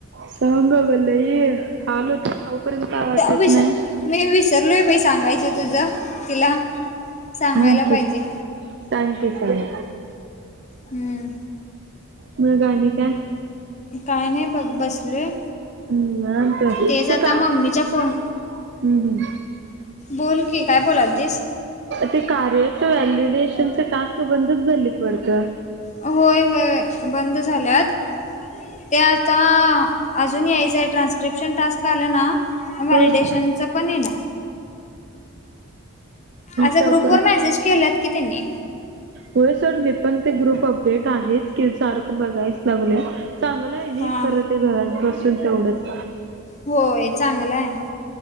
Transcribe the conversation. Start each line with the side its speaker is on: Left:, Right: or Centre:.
Right: सांग बाबा लई हाल होत्यात खाऊपर्यंत काय वाटत
Left: विस
Right: नाही.
Left: मी विसरलो बाई सांगायचं तुझं तिला सांगायला
Right: सांग की
Left: पाहिजे.
Right: सांग की सांग
Left: हम्म
Right: मग आणि काय?
Left: काय नाही बघ, बसलोय!
Right: <unintelligible>
Left: तेच
Right: ते
Left: आता
Right: काय
Left: मम्मीच्या
Right: हम्
Left: फोन
Right: हम्म,
Left: बोल की, काय बोलालतीस?
Right: ते कार्याच व्हॅल्युडेशनच टास्क, बंदच झाली वाटतं.
Left: होय, होय बंद झाल्यात. त्या आता, अजून यायचं आहे ट्रान्सफ स्क्रिप्शन टास्क आलं ना, व्हॅलिडेशनचं
Right: हो
Left: पण येणार, असा
Right: टाका
Left: ग्रुप वर, मेसेज केल्यात की त्यांनी.
Right: होयसोड, मी पण ते ग्रुप अपडेट आहेच कि, सारखं बघायच, लागलोय, चांगलं आहे
Left: हा
Right: ना खरं, ते घरात बसून तेवढंच.
Left: होय चांगला आहे,